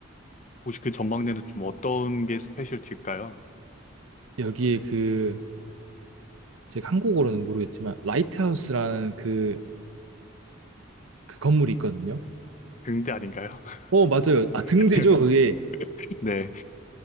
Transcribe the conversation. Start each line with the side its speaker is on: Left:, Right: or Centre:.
Left: 혹시 그 전망대는 좀 어떤 게 스페셜티일까요?
Right: 여기에 그 제가 한국어로는 모르겠지만 라이트하우스라는 그, 그 건물이 있거든요.
Left: 등대 아닌가요?
Right: 어, 맞아요. 아,
Left: <laughs>
Right: 등대죠. 그게
Left: 네.